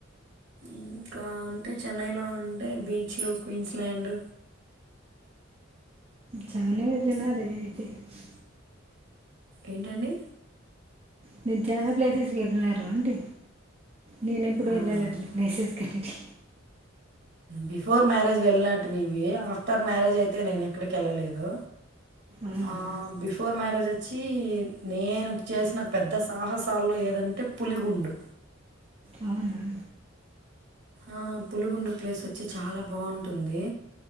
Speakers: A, on the right; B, on the right.
A: ఇంకా అంటే చెన్నైలో అంటే బీచ్లు క్వీన్స్ ల్యాండ్
B: జాని వెళ్లిన రే రే తేజ్
A: ఏంటండి
B: మీరు చాలా ప్లేసెస్ వెళ్ళినారు అండి నేను ఎప్పుడుూ
A: ఆ,
B: వెళ్ళల అట్ల ప్లేసెస్ కనేటి
A: బిఫోర్ మ్యారేజ్ వెళ్ళినట్టువి ఇవి ఆఫ్టర్ మ్యారేజ్ అయితే నేను ఎక్కడికి వెళ్ళలేదు
B: అవునా
A: ఆ బిఫోర్ మ్యారేజే త్ వచ్చి నేను చేసిన పెద్ద సాహసాల్లో ఏదంటే పులిగుండు
B: అవునా
A: ఆ పులిగుండు ప్లేస్ వచ్చి చాలా బాగుంటుంది